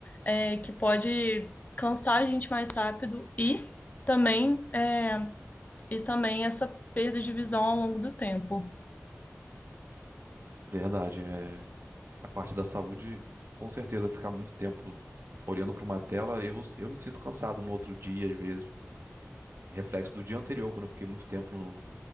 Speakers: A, on the left; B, on the right.
A: é, que pode cansar a gente mais rápido e também, é, e também essa perda de visão ao longo do tempo.
B: Verdade, é a parte da saúde, com certeza ficar muito tempo olhando para uma tela, eu, eu me sinto cansado no outro dia às vezes. reflexo do dia anterior, quando eu fiquei muito tempo no,